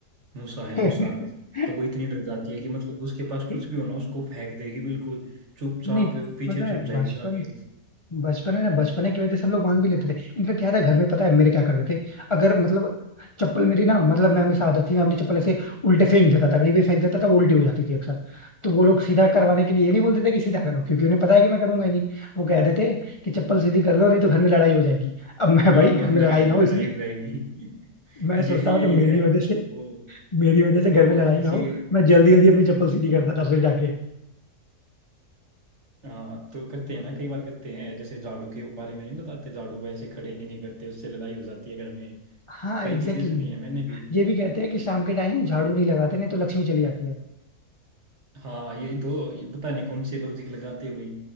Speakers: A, on the right (about 50°); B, on the left (about 45°).
A: मूसा है
B: <laughs>
A: मूसा तो वो इतनी डर जाती है कि मतलब उसके पास
B: एक-
A: कुछ भी हो ना उसको फेंक देगी बिल्कुल चुपचाप
B: नहीं
A: पीछे
B: पता है
A: छुप जाएगी
B: बचपन
A: जाके
B: बचपन है ना बचपने की वजह से हम लोग मान भी लेते थे इनफेक्ट याद है घर में पता है मेरे क्या करते थे अगर मतलब चप्पल मेरी ना मतलब मैं हमेशा आदत थी मैं अपनी चप्पल ऐसे उल्टे फेंक देता था कहीं भी फेंक देता था वो उल्टी हो जाती थी अक्सर तो वो लोग सीधा करवाने के लिए ये नहीं बोलते थे कि सीधा करो क्योंकि उन्हें पता है कि मैं करूंगा ही नहीं वो कहते थे कि चप्पल सीधी कर लो नहीं तो घर में लड़ाई हो जाएगी अब मैं
A: हाँ
B: भाई
A: वरना
B: घर में लड़ाई
A: घर में
B: ना हो
A: लड़ाई
B: इसलिए
A: हो जाएगी <laughs>
B: मैं सोचता
A: ये यही
B: था तो मेरी
A: है
B: वजह से
A: वो
B: मेरी वजह से
A: वो
B: घर में लड़ाई
A: किसी
B: ना हो मैं जल्दी जल्दी अपनी चप्पल सीधी करता था फिर जाके
A: हाँ तो करते हैं ना कई बार करते हैं जैसे झाड़ू के बारे में नहीं बताते झाड़ू को ऐसे खड़े नहीं करते उससे लड़ाई हो जाती है घर में
B: हाँ
A: कई
B: एग्जैक्टली
A: चीजें सुनी
B: exactly.
A: है मैंने भी
B: ये भी कहते हैं कि शाम के टाइम झाड़ू नहीं लगाते नहीं तो लक्ष्मी चली जाती है
A: हाँ यही तो ये पता नहीं कौन से लॉजिक लगाते हैं भाई